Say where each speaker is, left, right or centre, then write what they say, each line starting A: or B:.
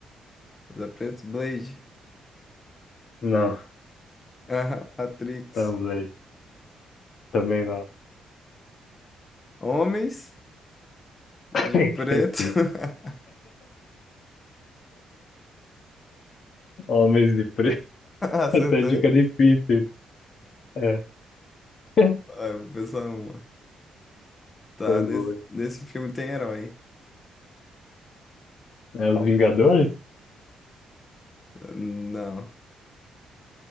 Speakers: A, on the left (about 30°); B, on the left (about 55°).
A: Mas é preto, Blade.
B: Não,
A: Ah, Matrix.
B: Tumblr. Também não.
A: Homens
B: <laughs>
A: de preto.
B: Sim.
A: <laughs>
B: Homens de preto. <laughs>
A: Acertei.
B: Essa é a dica difícil. É, <laughs>
A: Ah, eu vou pensar uma. Tá,
B: foi
A: nesse,
B: boa.
A: nesse filme tem herói.
B: É os Vingadores?
A: Não,